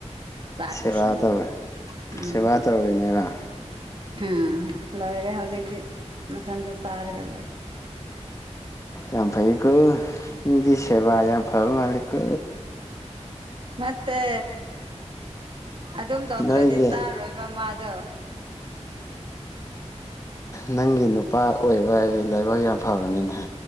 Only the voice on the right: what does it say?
ꯆꯥꯛ
ꯊꯤ
ꯎꯝ
ꯎꯝ ꯂꯣꯏꯔꯦ ꯍꯧꯖꯤꯛꯇꯤ ꯃꯊꯟꯇ ꯆꯥꯔꯒ ꯂꯩ
ꯅꯠꯇꯦ ꯑꯗꯨꯝ ꯇꯧꯗ꯭ꯔꯗꯤ
ꯆꯥꯔꯣꯏꯕ ꯃꯥꯗ ꯗꯣ